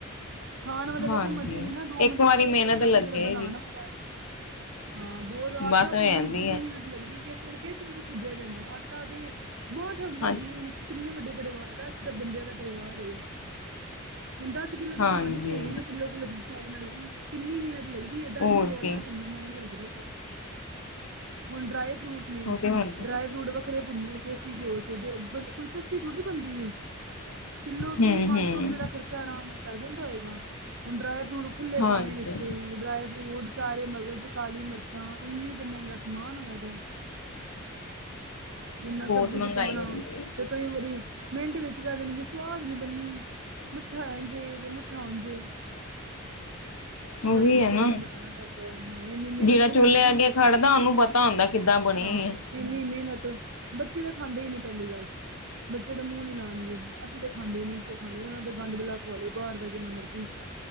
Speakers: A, on the right (about 55°); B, on the left (about 85°).
A: ਖਾਣ ਵਾਲੇ ਦਾ
B: ਹਾਂਜੀ
A: ਤੇ ਮਜ਼ੇ ਨੇ ਨਾ ਦੋ ਮਿੰਟ
B: ਇੱਕ
A: ਚ
B: ਵਾਰੀ
A: ਖਾ ਕੇ
B: ਮਿਹਨਤ
A: ਚੱਲਦੈ,
B: ਲੱਗੇਗੀ
A: ਜਿਹੜਾ ਬਣਾਣ ਵਾਲਾ? ਹਾਂ, ਬੌਤ ਆਟਾ
B: ਬਸ
A: ਭੁੰਨਣ
B: ਹੋ ਜਾਂਦੀ
A: ਨੂੰ ਜਿੰਨੀ
B: ਹੈ
A: ਮਿਹਨਤ ਲੱਗਦੀ ਏ, ਵੇਸਣ ਫੇਰ ਜਲਦੀ ਭੁੱਜਿਆ ਜਾਂਦਾ। ਆਟਾ ਦੇ ਬਾਂਹ ਥੱਕ
B: ਹਾਂ
A: ਜਾਂਦੀ ਏ, ਹੁਣ ਕਿੰਨੇ ਵੱਡੇ ਪਰਿਵਾਰ ਦਾ ਦਸ ਦਸ ਬੰਦਿਆਂ ਦਾ ਪਰਿਵਾਰ ਹੋਏ। ਹੁੰਦਾ ਦਸ ਕਿੱਲੋ
B: ਹਾਂਜੀ
A: ਤੇ ਬਣਾਣੀ ਪਏਗੀ ਨਾ, ਕਿੱਲੋ-ਕਿੱਲੋ ਦੇ ਹਿਸਾਬ ਨਾਲ ਵੀ। ਕਿੰਨੀ ਮਿਹਨਤ ਲਗਦੀ ਏ, ਦਸ
B: ਹੋਰ
A: ਕਿੱਲੋ ਆਟਾ
B: ਕੀ
A: ਭੁੰਨਨਾ ਮਾਈਨੇ ਰੱਖਦਾ ਜੇ। ਹੁਣ ਡਰਾਈ ਫਰੂਟ ਨੇ,
B: ਉਹ ਤੇ ਹੁੰਦਾ
A: ਡਰਾਈ ਫਰੂਟ ਵ ਵੱਖਰੇ ਭੁੰਨੇ ਦੇਸੀਂ ਘਿਓ ਚ‌ ਤੇ ਬੰਦਾ ਕੋਈ ਸੱਸਤੀ ਥੋੜ੍ਹੀ ਬਣਦੀ ਏ, ਕਿੱਲੋ ਉੱਤੇ
B: ਹੂੰ
A: ਵੀ ਪੰਜ
B: ਹੂੰ
A: ਸੌ ਰੁਪਏ ਦਾ ਖਰਚਾ ਆਰਾਮ ਨਾਲ ਪੈ ਜਾਂਦਾ ਹੋਏਗਾ ਹੁਣ ਡਰਾਏ ਫਰੂਟ ਖੁੱਲੇ
B: ਹਾਂਜੀ
A: ਪਾਣੇ ਵਿੱਚੇ ਡਰਾਈ ਫਰੂਟ, ਚਾਰੇ ਮਗਜ਼, ਕਾਲੀ ਮਰਚਾਂ ਇੰਨੀ ਤੇ ਮਹਿੰਗਾ ਸਮਾਨ ਹੋਇਆ ਪਿਆ। ਇਨਾ
B: ਬਹੁਤ
A: ਸਭ ਕੁਝ
B: ਮਹਿੰਗਾਈ
A: ਪਾਣਾ
B: ਹੋ ਜਾਂਦੀ ਹੈ
A: ਤੇ ਕਈ ਵਾਰੀ ਮਿੰਟ ਵਿੱਚ ਕੈ ਦੇਣਗੇ, ਸਵਾਦ ਨੀ ਬਨੀ। ਮਿੱਠਾ ਐੰਝ ਏ ਤੇ ਮੂੱਠਾ ਓੰਝ ਏ।
B: ਉਹ
A: ਬੜੇ
B: ਵੀ
A: ਜੁਗਤ
B: ਹੈ ਨਾ
A: ਨਾਲ ਬਣਾਣਾ ਪੈਂਦੈ। ਹਾਂ, ਇੰਨੀ ਮਿਹਨਤ
B: ਜਿਹੜਾ
A: ਵੀ
B: ਚੁੱਲ੍ਹੇ
A: ਲੱਗ ਗਈ
B: ਅੱਗੇ ਖੜਦਾ ਉਹਨੂੰ ਪਤਾ ਹੁੰਦਾ ਕਿੱਦਾਂ ਬਣੀ
A: ਹਾਂ।
B: ਹੈ
A: ਇੰਨੀ ਮਿਹਨਤ ਬੱਚੇ ਤਾਂ ਖਾਂਦੇ ਹੀ ਨੀ ਪੈਲੀ ਗੱਲ। ਬੱਚੇ ਤਾ ਮੂੰਹ ਨੀ ਲਾਣਗੇ, ਅਸੀਂ ਤਾਂ ਖਾਂਦੇ ਨੀ ਇ ਖਾਂਦੇ ਆ ਔਨਾਂ ਨੂੰ ਗੰਦ ਬਲਾ ਖਵਾ ਲੋ ਬਾਰ ਦਾ ਜਿੰਨਾ ਮਰਜੀ।